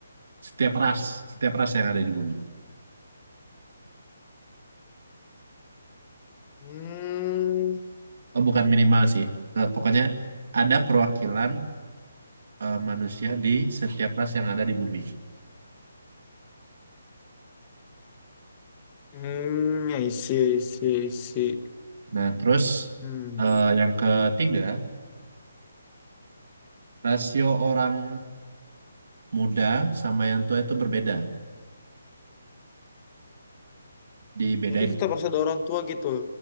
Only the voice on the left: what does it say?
Hmm,
hmm, I see, I see, I see.
Hmm.
Jadi tetap harus ada orang tua gitu.